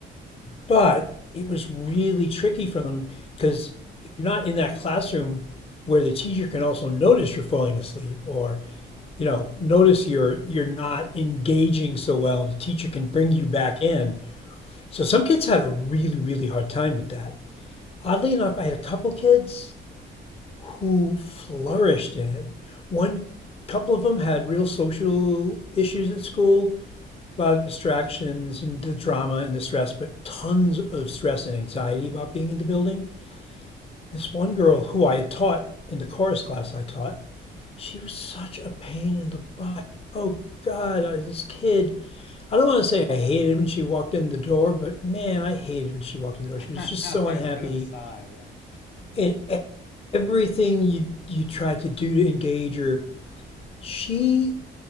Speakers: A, on the left; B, on the left.
A: but it was really tricky for them because if you're not in that classroom where the teacher can also notice you're falling asleep or
B: yeah
A: you know notice you're you're not engaging so well and the teacher can bring you back in so some kids had a really, really hard time with that. Oddly enough, I had a couple kids who flourished in it. One couple of them had real social issues at school, a lot of distractions and the drama and the stress, but tons of stress and anxiety about being in the building. This one girl who I had taught in the chorus class I taught, she was such a pain in the butt. Oh God, I, this kid. I don't want to say I hated when she walked in the door, but man, I hated when she walked in the door.
B: <laughs>
A: She was just so
B: there's
A: unhappy,
B: a bit of a sigh yeah
A: and e- everything you you tried to do to engage her, she.